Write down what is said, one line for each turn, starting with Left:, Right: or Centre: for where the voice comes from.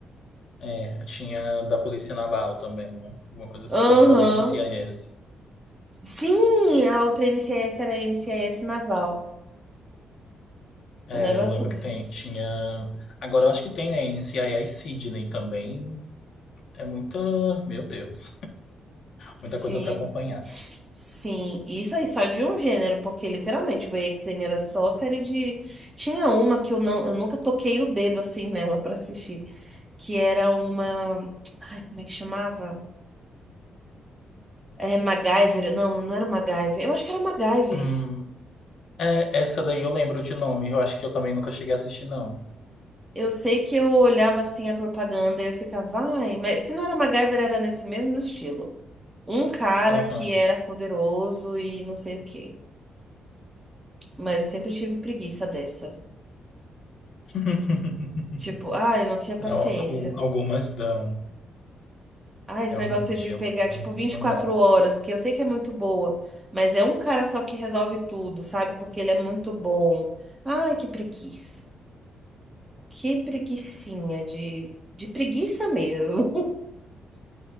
Left: É, tinha da Polícia Naval também, né? Alguma coisa assim,
Right: Aham.
Left: que eu acho que é o NCIS.
Right: Sim, a outra NCIS era a NCIS Naval.
Left: É,
Right: O negócio
Left: eu lembro
Right: desse.
Left: que tem, tinha. Agora eu acho que tem, né? NCIS Sydney também. É muita. Meu Deus.
Right: Sim,
Left: Muita coisa para acompanhar.
Right: sim. Isso aí só de um gênero, porque literalmente o EXN era só série de. Tinha uma que eu não, eu nunca toquei o dedo assim nela pra assistir. que era uma. Ai, como é que chamava? É, MacGyver. Não, não era MacGyver. Eu acho que era MacGyver.
Left: Hum, é, essa daí eu lembro de nome. Eu acho que eu também nunca cheguei a assistir, não.
Right: Eu sei que eu olhava assim a propaganda e eu ficava, ai, mas se não era MacGyver, era nesse mesmo estilo. Um cara
Left: Aham.
Right: que era poderoso e não sei o quê. Mas eu sempre tive preguiça dessa.
Left: <laughs>
Right: Tipo, ai, eu não tinha paciência.
Left: Não, al- algumas dão.
Right: Ah, esse
Left: Realmente,
Right: negócio de pegar,
Left: algumas
Right: tipo, vinte
Left: não
Right: e quatro
Left: dá.
Right: horas, que eu sei que é muito boa, mas é um cara só que resolve tudo, sabe? Porque ele é muito bom. Ai, que preguiça. Que preguicinha de, de preguiça mesmo.